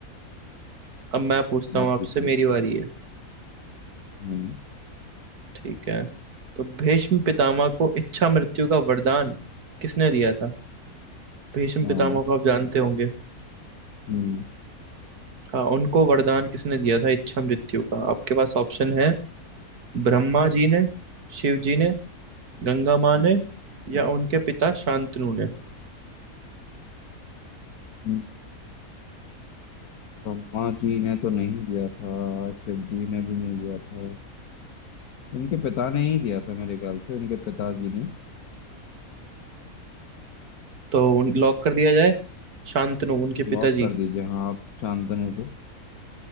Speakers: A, on the right; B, on the left.
A: अब मैं पूछता हूँ
B: आप
A: आपसे
B: पूछे
A: मेरी बारी है
B: हम्म
A: ठीक है तो भीष्म पितामह को इच्छा मृत्यु का वरदान किसने दिया था भीष्म
B: हाँ
A: पितामह को आप जानते होंगे
B: हम्म
A: हाँ उनको वरदान किसने दिया था इच्छा मृत्यु का आपके पास ऑप्शन है ब्रह्मा जी ने शिव जी ने गंगा माँ
B: हम्म,
A: ने या उनके पिता शांतनु ने
B: हम्म। ब्रह्मा जी ने तो नहीं दिया था शिव जी ने भी नहीं दिया था उनके पिता ने ही दिया था मेरे ख्याल से उनके पिताजी ने
A: तो उन लॉक कर दिया जाए शांतनु उनके
B: ब्लॉक
A: पिताजी
B: कर दीजिए हाँ आप शांतनु को